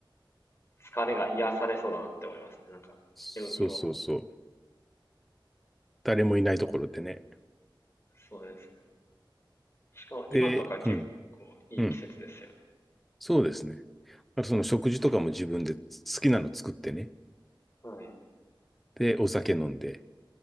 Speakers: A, on the left; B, in the centre.
A: 疲れが癒されそうだなって思いますね。なんか、
B: そうそうそう。
A: ひろゆき語。
B: 誰もいないところでね。
A: そうですね。しかも今とか結構いい季節ですよね。
B: で、うん。うん。そうですね。あとその食事とかも自分で好きなの作ってね。
A: はい。
B: で、お酒飲んで。